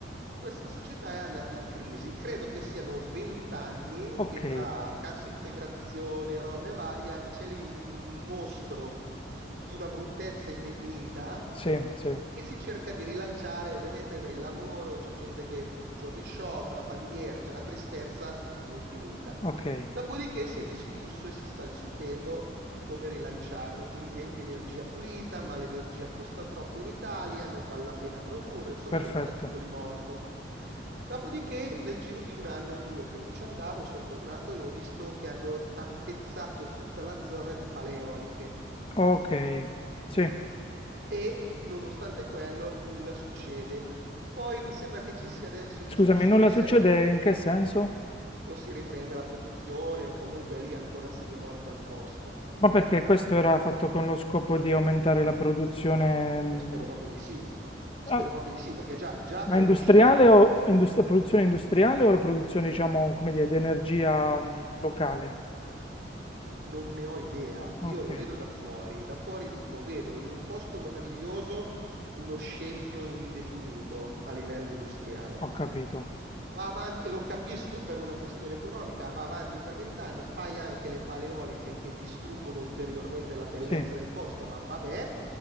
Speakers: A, on the right; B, on the left.
A: questa società è andata in crisi. Credo che siano vent'anni
B: Ok,
A: che tra cassa integrazione, robe varie, c'è lì un mostro di una bruttezza indefinita
B: sì, sì,
A: che si cerca di rilanciare ovviamente per il lavoro, c'è gente che tutti i giorni sciopera, bandiere, c'è una tristezza infinita.
B: ok,
A: Dopodiché si è discusso e si sta discutendo di come rilanciarlo, quindi energia pulita, ma l'energia costa troppo in Italia, non vale la pena produrre, insomma
B: perfetto.
A: rimane tutto lì morto. Dopodiché, nel giro di un anno o due che non ci andavo, sono tornato e ho visto che hanno tappezzato tutta la zona di paleoliche
B: Ok, sì.
A: e nonostante quello nulla succede. Poi mi sembra che ci sia adesso in
B: Scusami,
A: discussione
B: nulla
A: se
B: succede in che senso?
A: non si riprende la produzione o comunque è lì ancora semimorta al posto.
B: Ma perché questo era fatto con lo scopo di aumentare la produzione, mm,
A: Eh Beh, spero proprio di sì, spero
B: ah,
A: proprio di sì, perché già, già
B: ma
A: è uno
B: industriale
A: scempio,
B: o indust- la produzione industriale o la produzione, diciamo, come dire, di energia, mm, locale?
A: ah, no, non ne ho idea, io
B: Ok.
A: lo vedo da fuori, da fuori dico, vedo in un posto meraviglioso uno scempio indefinito a livello industriale.
B: Ho capito.
A: Va avanti, lo capisco per una questione economica, va avanti per vent'anni, fai anche le paleoliche che distruggono ulteriormente la bellezza
B: Sì,
A: del posto, ma vabbè,